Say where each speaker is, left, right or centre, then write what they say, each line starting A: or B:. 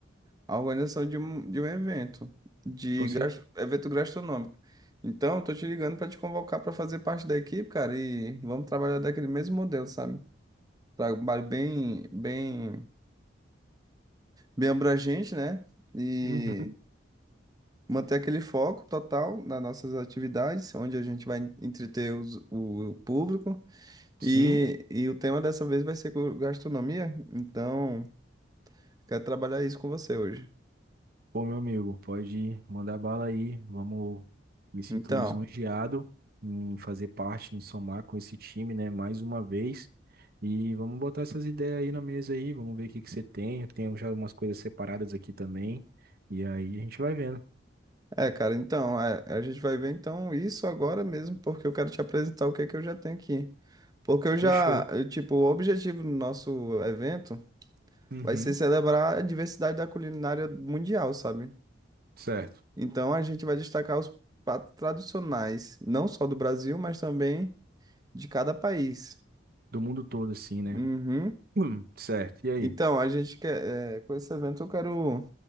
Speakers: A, on the right; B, on the right.
A: a organização de um, de um evento, de
B: Com
A: gas-
B: cer-
A: evento gastronômico. Então, eu tô te ligando pra te convocar pra fazer parte da equipe, cara, e vamos trabalhar daquele mesmo modelo, sabe? Trabalho bem, bem, bem abrangente, né? E
B: Uhum.
A: manter aquele foco total nas nossas atividades, onde a gente vai entreter os- o público.
B: Sim.
A: E, e o tema dessa vez vai ser cu- gastronomia, então quero trabalhar isso com você hoje.
B: Pô, meu amigo, pode mandar bala aí. Vamos, me sinto
A: Então,
B: lisonjeado em fazer parte, em somar com esse time, né, mais uma vez. E vamos botar essas ideias aí na mesa aí, vamos ver o que que você tem. Eu tenho já umas coisas separadas aqui também. E aí a gente vai vendo.
A: é, cara, então, é, a gente vai ver então isso agora mesmo, porque eu quero te apresentar o que é que eu já tenho aqui. Porque eu já,
B: Fechou.
A: eu, tipo, o objetivo do nosso evento
B: Uhum.
A: vai ser celebrar a diversidade da culinária mundial, sabe?
B: Certo.
A: Então a gente vai destacar os pratos tradicionais, não só do Brasil, mas também de cada país.
B: Do mundo todo, assim, né?
A: Uhum.
B: <clears throat> Hum, certo. E aí?
A: Então, a gente quer, é, com esse evento eu quero